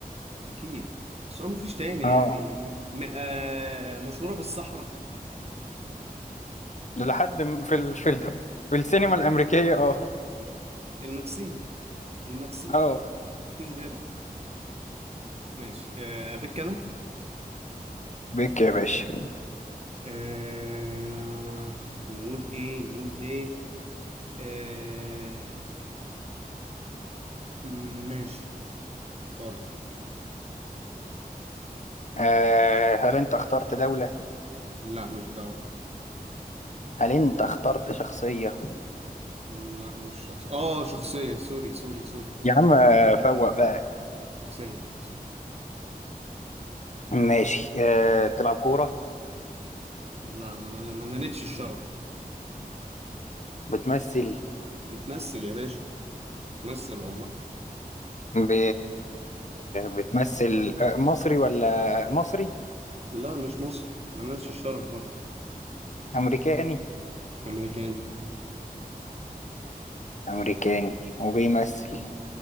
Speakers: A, on the right; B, on the left.
A: أكيد بس هو مفيش تاني
B: اه
A: يعني م... م... آه... مشهورة بالصحراء
B: لحد م- في ال... في ال... في السينما الامريكية اه
A: المكسيك المكسيك
B: اه
A: مفيش غيرها ماشي آه... أبيك أنا
B: بيك يا باشا
A: آه... نقول إيه نقول إيه آه... م- ماشي اخترت
B: آه هل انت اخترت دولة؟
A: لا مش دولة
B: هل انت اخترت شخصية؟
A: لا مش شخص آه شخصية سوري سوري سوري
B: يا عم آه، فوق بقى
A: شخصية شخصية
B: ماشي آه بتلعب كورة
A: لا ما أنا ما أنا نالتش الشرف
B: بتمثل
A: بتمثل يا باشا بتمثل والله
B: ب... بتمثل آه، مصري ولا مصري؟
A: لا مش مصري ملناش الشرف برضه
B: أمريكاني
A: أمريكاني
B: أمريكاني وبيمثل